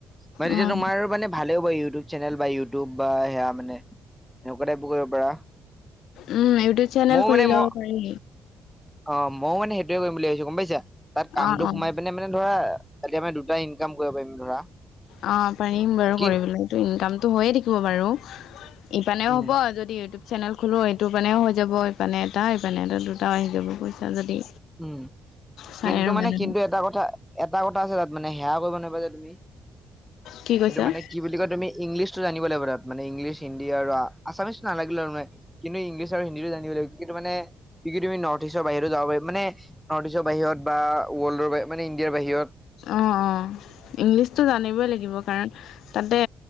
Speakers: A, in the centre; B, on the left.
A: মান তেতিয়া
B: অ',
A: তোমাৰ মানে ভালেও ব ইউটিউব চেনেল বা ইউটিউব বা সেয়া মানে এনেকুৱা টাইপো কৰিব পাৰা
B: উম, ইউটিউব চেনেল
A: মই
B: খুলি
A: মানে
B: ল'ব
A: ম
B: পাৰি
A: অ, ময়ো মানে সেইটোয়ে কৰিম বুলি ভাবিছো গম পাইছা তাত কামটো
B: অ', অ',
A: সোমাই পিনে মানে ধৰা তালতে আমি দুটা ইনকাম কৰিব পাৰিম ধৰা।
B: অ, পাৰিম বাৰু
A: কিন
B: কৰিবেলটো ইনকামতটো হৈয়ে থাকিব বাৰু। পানেও
A: উম
B: হ'ব যদি ইউটিউব চেনেল খো এইটো মানেও হৈ যাব ইপানে এটা - ইপানে এটা দুটাও আহি যাব পইচা যদি
A: উম,
B: চাই
A: কিন্তু
B: আৰু
A: মানে
B: মানুহে
A: কিন্তু এটা কথা এটা কথা আছে তাত মানে সেয়া কৰিব নাপাই যে তুমি
B: কি কৈছা
A: এইটো মানে কি বুলি কয় তুমি ইংলিছতটো জানিব লাগিব তাত মানে ইংলিছ হিন্দী আৰু আ-আছামিচ নালাগিলে। কিন্তু ইংলিছ আৰু হন্দীতো জানিব লাগিব কিন্তু মানে কি তুমি নৰ্থ ইষ্টৰ বাহিৰত যাব পাৰিব মানে। নৰ্থ ইষ্টৰ বাহিৰত বা ৱৰ্ল্ডৰ মানে ইণ্ডিয়াৰ বাহিৰত।
B: অ - অ ইংলিছতটো জানিবই লাগিব কাৰণ তাতে